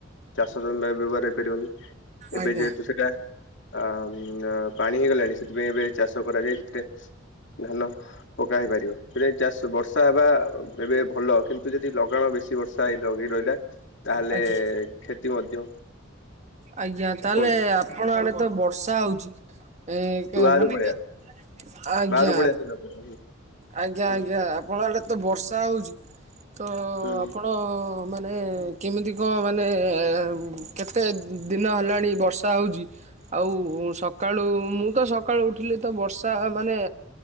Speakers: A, on the left; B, on the right.
A: ଚାଷ ଜମି ପାଇଁ ବ୍ୟବହାର ହେଇପାରିବନି। ଏବେ
B: ଆଜ୍ଞା
A: ଯେହେତୁ ସେଟା ଆଉ ଉଁ ଆ ପାଣି ହେଇଗଲାଣି ସେଥିପାଇଁ ଏବେ ଚାଷ କରାଯାଏ ସେଥିରେ ଧାନ ପକା ହେଇପାରିବ <unintelligible> ଚାଷ ବର୍ଷା ହେବା ଏବେ ଭଲ କିନ୍ କିନ୍ତୁ ଯଦି ଲଗାଣ ବେଶୀ ବର୍ଷା ହେଇ ଲଗେଇ ରହିଲା ତାହେଲେ
B: ଆଜ୍ଞା।
A: କ୍ଷତି ମଧ୍ୟ।
B: ଆଜ୍ଞା ତାହେଲେ
A: କୁହନ୍ତୁ
B: ଆପଣ ଆଡେ ତ ବର୍ଷା ହଉଛି ଏ କେ
A: ତୁ ବାହାରକୁ
B: ମାନେ
A: ପଳେଇଆ
B: କେ ଆଜ୍ଞା
A: ବାହାରକୁ ପଳେଇଆ
B: ଆଜ୍ଞା
A: ହୁଁ
B: ଆଜ୍ଞା ଆପଣ ଆଡେ ତ ବର୍ଷା ହଉଛି ତ
A: ହୁଁ
B: ଆପଣ ମାନେ କେମିତି କଣ ମାନେ ଏ କେତେ ଦିନ ହେଲାଣି ବର୍ଷା ହଉଛି। ଆଉ ସକାଳୁ ମୁଁ ତ ସକାଳୁ ଉଠିଲି ତ ବର୍ଷା ମାନେ